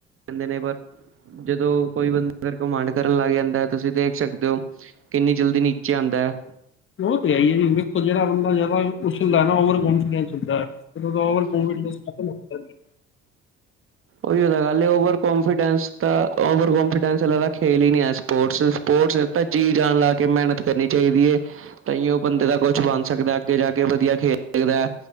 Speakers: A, on the right; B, on the left.
A: ਕਰਦੇ ਨੇ ਪਰ, ਜਦੋਂ ਕੋਈ ਬੰਦਾ <unintelligible> ਕਮਾਂਡ ਕਰਨ ਲੱਗ ਜਾਂਦਾ ਐ। ਤੁਸੀਂ ਦੇਖ ਸਕਦੇ ਓ ਕਿੰਨੀ ਜਲਦੀ ਨੀਚੇ ਆਂਦਾ ਹੈ।
B: ਓ ਤਾਂ ਹੈ ਈ ਐ। ਜੀ ਵੇਖੋ ਜੇੜਾ ਬੰਦਾ ਜਾਦਾ, ਉਛਲਦਾ ਨਾ। ਓਵਰ ਕੋਂਫੀਡੈਂਸ ਹੁੰਦਾ। ਫੇਰ ਓਦਾ ਓਵਰ ਕੌਨਫੀਡੈਂਸ ਖਤਮ ਹੁੰਦਾ ਹੀ ਐ।
A: ਓਹੀਓ ਤਾਂ ਗੱਲ ਏ। ਓਵਰ ਕੋਂਫੀਡੈਂਸ ਤਾਂ, ਓਵਰ ਕੋਂਫੀਡੈਂਸ ਦਾ ਤਾਂ, ਖੇਲ ਈ ਨੀ ਐ। ਸਪੋਰਟਸ। ਸਪੋਰਟਸ ਤਾਂ, ਜੀ- ਜਾਨ ਲਾ ਕੇ। ਮਿਹਨਤ ਕਰਨੀ ਚਾਈਦੀ ਏ। ਤਾਂਈਓ ਬੰਦੇ ਦਾ, ਕੁੱਛ ਬਣ ਸਕਦਾ। ਅੱਗੇ ਜਾ ਕੇ ਵਧੀਆ ਖੇਡ ਸਕਦਾ ਐ।